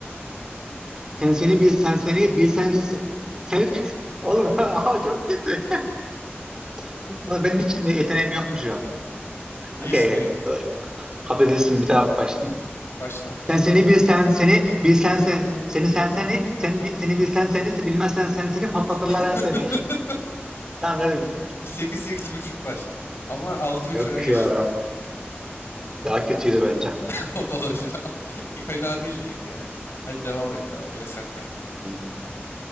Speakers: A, on the right; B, on the left.
A: Sen seni bil sen seni bilsen sen <laughs> oğlum <laughs> aa, çok kötü. <laughs> Oğlum benim hiç ne- yeteneğim yokmuş ya.
B: İyisin
A: Okey.
B: iyi.
A: okey. Kabul edilsin bir daha başlayayım.
B: Baştan başla.
A: Sen seni bilsen seni bilsen sen seni sen seni sen bi- seni bilsen seni bilmezsen sen seni patlatırlar
B: <laughs>
A: en seni. <laughs> Tamam kardeşim.
B: 8 8 buçuk var. Ama 6 3
A: Yok
B: öne geçtim
A: ya.
B: abi.
A: Daha kötüydü bence.
B: <laughs> O da olabilir ama. İyi, Fena değildi yine ya. Hadi devam et tamam yine sende.
A: Hı.